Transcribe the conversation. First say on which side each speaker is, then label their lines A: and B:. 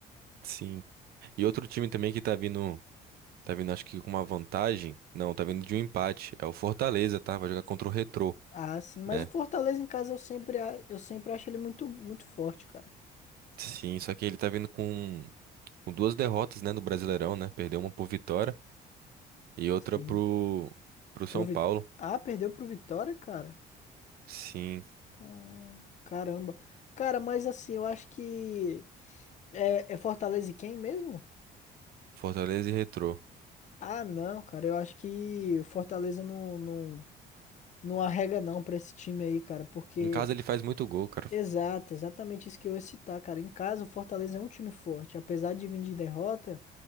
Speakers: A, on the right; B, on the left.
A: Sim. E outro time também que tá vindo, tá vindo acho que com uma vantagem. Não, tá vindo de um empate. É o Fortaleza, tá? Vai jogar contra o Retrô,
B: Ah, sim, mas
A: né?
B: o Fortaleza em casa eu sempre, a- eu sempre acho ele muito, muito forte, cara.
A: Sim, só que ele tá vindo com, com duas derrotas, né, no Brasileirão, né? Perdeu uma pro Vitória e outra
B: Sim.
A: pro pro São
B: Pro Vi-
A: Paulo.
B: Ah, perdeu pro Vitória, cara?
A: Sim,
B: Ca- Caramba. Cara, mas assim, eu acho que. É, é Fortaleza e quem mesmo?
A: Fortaleza e Retrô.
B: Ah, não, cara, eu acho que o Fortaleza não, não, não arrega não pra esse time aí, cara, porque
A: Em casa ele faz muito gol, cara.
B: exato, exatamente isso que eu ia citar, cara. Em casa, o Fortaleza é um time forte, apesar de vir de derrota,